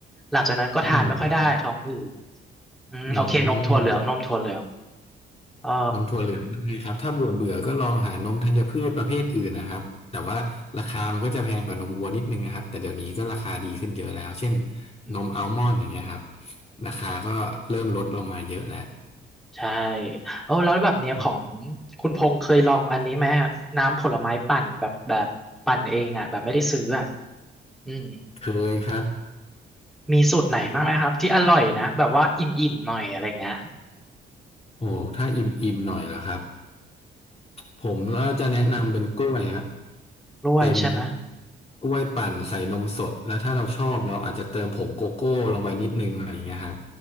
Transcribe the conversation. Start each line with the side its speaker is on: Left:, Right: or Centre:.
Centre: หลังจากนั้นก็ทานไม่ค่อยได้ท้องอืด
Left: อืม
Centre: อืมโอเค
Left: อื
Centre: นมถั่วเหลือง
Left: ม
Centre: นมถั่วเหลืองเออ
Left: นมถั่วเหลืองได้ครับถ้าเบื่อเบื่อก็ลองหานมธัญพืชประเภทอื่นนะครับแต่ว่าราคามันก็จะแพงกว่านมวัวนิดนึงนะครับแต่เดี๋ยวนี้ก็ราคาดีขึ้นเยอะแล้วเช่น
Centre: อืม
Left: นมอัลมอนด์อย่างเงี้ยครับราคาก็เริ่มลดลงมาเยอะแล้ว
Centre: ใช่เออแล้วแบบเนี้ยของ
Left: อืม
Centre: คุณพงษ์เคยลองอันนี้ไหมครับน้ำผลไม้ปั่นแบบแบบปั่นเองอ่ะแบบไม่ได้ซื้ออ่ะอืม
Left: เคยครับ
Centre: มีสูตรไหนบ้างไหมครับที่อร่อยนะแบบว่าอิ่มๆหน่อยอะไรเงี้ย
Left: โอ้ถ้าอิ่มอิ่มหน่อยล่ะครับผมก็จะแนะนำเป็นกล้วยครับ
Centre: กล้วยใช่ไหม
Left: เป็นกล้วยปั่นใส่นมสดแล้วถ้าเราชอบเราอาจจะเติมผงโกโก้ลงไปนิดนึงอะไรอย่างเงี้ยครับ